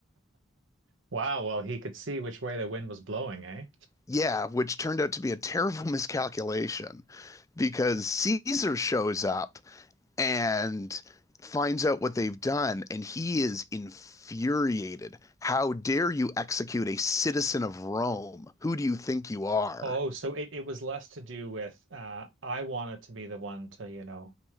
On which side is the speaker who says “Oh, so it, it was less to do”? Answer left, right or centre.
Right